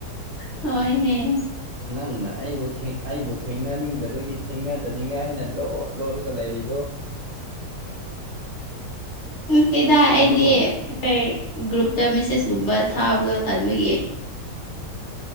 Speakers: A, on the left (about 50°); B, on the right (about 55°).
A: ꯍꯣꯏꯅꯦ
B: ꯅꯪꯅ ꯑꯩꯕꯨ ꯊꯦꯡ ꯑꯩꯕꯨ ꯊꯦꯡꯅꯅꯤꯡꯗꯕꯒꯤ ꯊꯦꯡꯅꯗꯅꯤꯡꯉꯥꯏ ꯍꯥꯏꯅ ꯂꯣꯠ ꯂꯣꯠꯂꯒ ꯂꯩꯥꯔꯤꯗꯣ
A: ꯅꯠꯇꯦꯗ ꯑꯩꯗꯤ
B: ꯑꯗꯣ
A: ꯀꯩ ꯒ꯭ꯔꯨꯞꯇ ꯃꯦꯁꯦꯖꯀꯨꯝꯕ ꯊꯥꯕꯗꯣ ꯇꯟꯕꯒꯤ